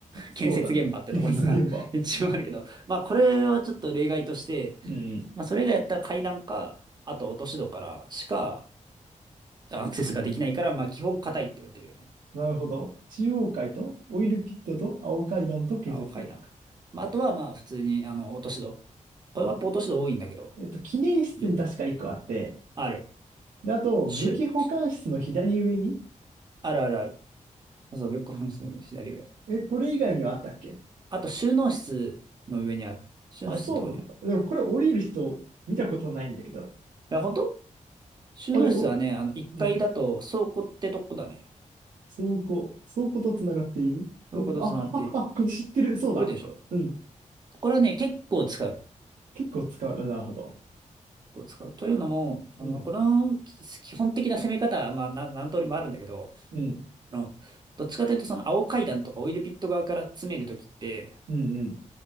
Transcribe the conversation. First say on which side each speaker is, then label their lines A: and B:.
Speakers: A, on the right; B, on the right.
A: そうだね。
B: 建設現場ってところが
A: 建設現場。
B: <laughs> 一応あるけど、まあこれはちょっと例外として、
A: うん。
B: まあそれ以外やったら階段か、あと落とし戸からしかアクセスができないから、まあ基本硬いって言われてるよね。
A: なるほど。中央階とオイルピットと青階段と建設現場か。
B: 青階段。まああとはまあ普通にあの落とし戸。これは落とし戸多いんだけど、
A: うん。えっと、記念室に確か1個あって、
B: よ、ある。
A: で、あと、
B: しゅ
A: 武器保管室の左上に、
B: あるあるある。そう、ブックオフの左上。
A: え、これ以外にはあったっけ
B: あと収納室の上にある。収納室のところにある。
A: あ、そうなんだ。でもこれ降りる人見たことないんだけど。
B: いや、本当収納室はね、
A: あれ、お、
B: あの1階だと倉庫ってとこだね。
A: うん。倉庫、倉庫と繋がっている倉庫、
B: 倉庫と繋がっている。
A: あ、あ、あ、これ知ってる。そうだ。
B: 多いでしょ
A: うん。
B: これはね、結構使う。結
A: 結構使う。うんなるほど。
B: 構使う。というのも、その、
A: うん。
B: この基基本的な攻め方は、まあ、な何通りもあるんだけど、
A: うん。
B: あのどっちかというと、その、青階段とかオイルピット側から詰めるときって、
A: うんうん。